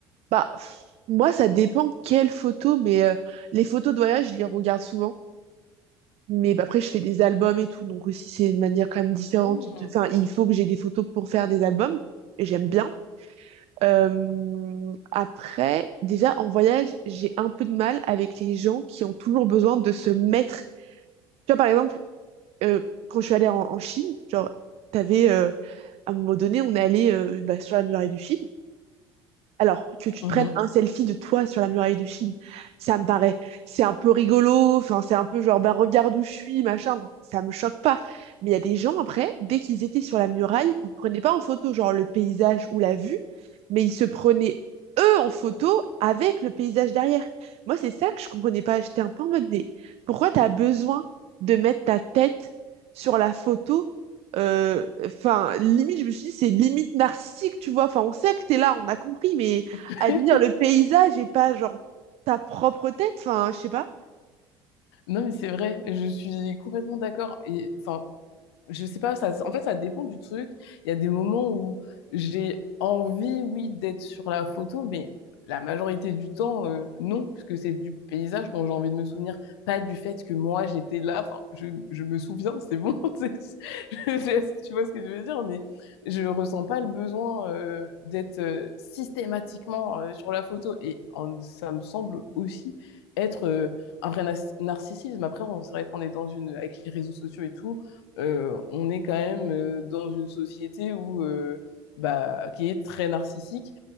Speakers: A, on the right (about 50°); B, on the left (about 70°).
A: Bah, pff, moi, ça dépend quelles photos, mais euh, les photos de voyage, je les regarde souvent. Mais bah, après, je fais des albums et tout, donc aussi c'est une manière quand même différente.
B: Mmh.
A: De... Enfin, il faut que j'ai des photos pour faire des albums, et j'aime bien. Euh, Après, déjà en voyage, j'ai un peu de mal avec les gens qui ont toujours besoin de se mettre. Tu vois, par exemple, euh, quand je suis allée en, en Chine, genre, t'avais euh, à un moment donné, on est allé euh, bah, sur la muraille de Chine. Alors, que tu te
B: Mhm.
A: prennes un selfie de toi sur la muraille de Chine, ça me paraît, c'est un peu rigolo, enfin, c'est un peu genre, bah, regarde où je suis, machin, donc ça me choque pas. Mais il y a des gens, après, dès qu'ils étaient sur la muraille, ils prenaient pas en photo, genre, le paysage ou la vue, mais ils se prenaient, eux, en photo avec le paysage derrière. Moi, c'est ça que je comprenais pas. J'étais un peu en mode, mais pourquoi t'as besoin de mettre ta tête sur la photo euh, Enfin, limite, je me suis dit, c'est limite narcissique, tu vois. Enfin, on sait que t'es là, on a compris, mais
B: <laughs>
A: admire le paysage et pas genre ta propre tête. Enfin, je sais pas.
B: Non, mais c'est vrai, je suis complètement d'accord. Et enfin, je sais pas, ça, en fait, ça dépend du truc. Il y a des moments où j'ai envie, oui, d'être sur la photo, mais la majorité du temps, euh, non, puisque c'est du paysage dont j'ai envie de me souvenir, pas du fait que moi j'étais là. Enfin, je, je me souviens, c'est bon, <laughs> c'est- je- je- tu vois ce que je veux dire, mais je ressens pas le besoin euh, d'être euh, systématiquement euh, sur la photo. Et en- ça me semble aussi être euh, un vrai nas- narcissisme. Après, on- c'est vrai qu'on est dans une, avec les réseaux sociaux et tout, euh, on est quand même euh, dans une société où euh, bah, qui est très narcissique